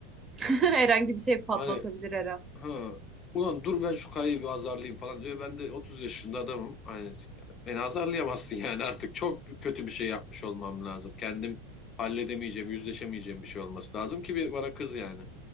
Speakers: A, on the right; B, on the left.
A: <laughs> Herhangi bir şey patlatabilir
B: Hani
A: her an.
B: Ha, ulan dur ben şu kayayı bir azarlayayım falan diyor. Ben de 30 yaşında adamım. Hani beni azarlayamazsın yani artık çok kötü bir şey yapmış olmam lazım. Kendim halledemeyeceğim, yüzleşemeyeceğim bir şey olması lazım ki bir bana kız yani.